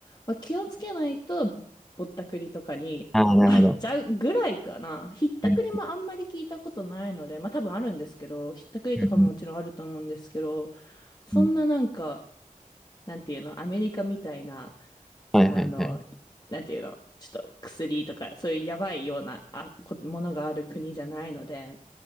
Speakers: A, on the left; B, in the centre.
A: まあ、気をつけないとぼ、ぼったくりとかにああっちゃうぐらいかな。
B: ああ、なるほど。
A: ひったくりもあんまり聞いたことないので、
B: うん
A: まあ多分あるんですけど、ひったくりとかももちろんあると思うんですけど、
B: うん
A: そんななんか、
B: うん
A: なんていうの、アメリカみたいな、
B: はいはいはい。
A: あの、なんていうの、ちょっと薬とか、そういうやばいようなあこものがある国じゃないので、